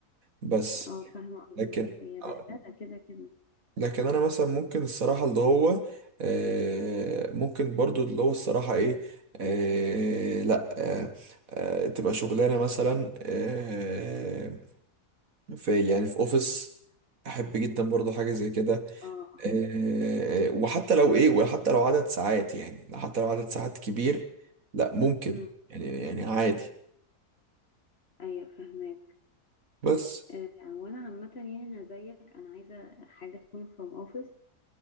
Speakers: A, on the right; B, on the left.
A: بس
B: اه فاهمة
A: لكن
B: قصدك هي بهدلة
A: آه،
B: كده كده
A: لكن انا مثلا ممكن الصراحه اللي هو آه، ممكن برضو اللي هو الصراحه ايه آه، لا آه، آه، تبقى شغلانه مثلا آه، في يعني في اوفيس احب جدا برضو حاجه زي كده
B: اه اه
A: آه، وحتى لو ايه وحتى لو عدد ساعات يعني حتى لو عدد ساعات كبير لا ممكن
B: أمم،
A: يعني يعني عادي
B: ايوه فاهماك
A: بس
B: آه وانا عامة يعني انا زيك انا عايزة حاجة تكون from office